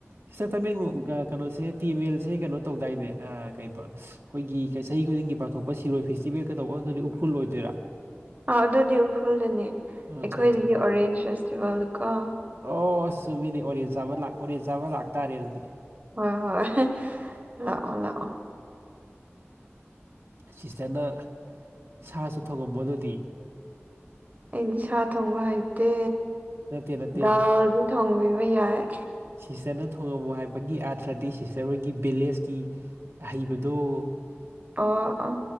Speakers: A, on the right (about 60°); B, on the right (about 35°).
A: ꯁꯤꯁꯇꯔ ꯇꯃꯦꯡꯂꯣꯡ ꯀꯩꯅꯣꯁꯦ ꯇꯤꯃꯦꯜꯁꯦ ꯀꯩꯅꯣ ꯇꯧꯗꯥꯏꯅꯦ ꯑ ꯀꯩꯕ ꯑꯩꯈꯣꯏꯒꯤ ꯆꯍꯤ ꯈꯨꯗꯤꯡꯒꯤ ꯄꯥꯡꯊꯣꯛꯄ ꯁꯤꯔꯣꯏ ꯐꯦꯁꯇꯤꯚꯦꯜ ꯀꯩꯗꯧꯕ ꯑꯗꯨꯗꯗꯤ ꯎꯈ꯭ꯔꯨꯜ ꯑꯣꯏꯗꯣꯏꯔꯥ
B: ꯑꯥ ꯑꯗꯨꯗꯤ ꯎꯈ꯭ꯔꯨꯜꯗꯅꯦ
A: ꯑꯣ ꯑꯠꯆꯥ
B: ꯑꯩꯈꯣꯏꯗꯗꯤ
A: ꯑꯠꯆꯥ
B: ꯑꯣꯔꯦꯟꯁ ꯐꯦꯁꯇꯤꯚꯦꯜꯗꯨ ꯀꯣ
A: ꯑꯣ ꯆꯨꯨꯝꯃꯤꯅꯤ ꯑꯣꯔꯦꯟꯁ ꯆꯥꯕ ꯂꯥꯛ ꯑꯣꯔꯦꯟꯁ ꯆꯥꯕ ꯂꯥꯛꯇꯥꯔꯦ ꯑꯗꯨꯗꯤ
B: ꯍꯣꯏ ꯍꯣꯏ ꯂꯥꯛꯑꯣ ꯂꯥꯛꯑꯣ
A: ꯁꯤꯁꯇꯔꯅ ꯁꯥꯁꯨ ꯊꯣꯡꯉꯝꯃꯨ ꯑꯗꯨꯗꯤ
B: ꯑꯩꯗꯤ ꯁꯥ ꯊꯣꯡꯕ ꯍꯩꯇꯦ
A: ꯅꯠꯇꯦ ꯅꯠꯇꯦ
B: ꯗꯥꯜꯗꯤ ꯊꯣꯡꯕꯤꯕ ꯌꯥꯏ
A: ꯁꯤꯁꯇꯔꯅ ꯊꯣꯡꯉꯝꯃꯨ ꯍꯥꯏꯕꯒꯤ ꯑꯥꯔꯊ꯭ꯔꯗꯤ ꯁꯤꯁꯇꯔ ꯍꯣꯏꯒꯤ ꯚꯤꯂꯦꯖꯀꯤ ꯑꯍꯩꯕꯗꯣ
B: ꯑꯣ ꯑꯣ